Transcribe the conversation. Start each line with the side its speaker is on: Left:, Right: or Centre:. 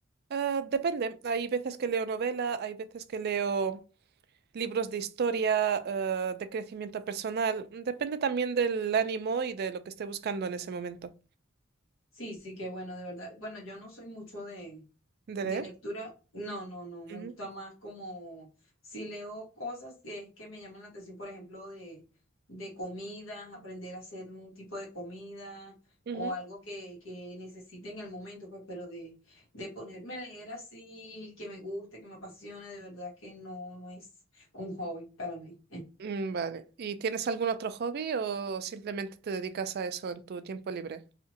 Right: Eh, depende. Hay veces que leo novela, hay veces que leo libros de historia, eh, de crecimiento personal. Depende también del ánimo y de lo que esté buscando en ese momento.
Left: Sí, sí, qué bueno, de verdad. Bueno, yo no soy mucho de,
Right: ¿De
Left: de
Right: leer?
Left: lectura. No, no, no. Me
Right: Ujú.
Left: gusta más como si leo cosas que es que me llaman la atención, por ejemplo, de, de comidas, aprender a hacer un tipo de comida
Right: Ujú.
Left: o algo que, que necesite en el momento, pues, pero de, de ponerme a leer así, que me guste, que me apasione, de verdad que no, no es un hobby para mí.
Right: Mm, Vale. ¿Y tienes algún otro hobby o simplemente te dedicas a eso en tu tiempo libre?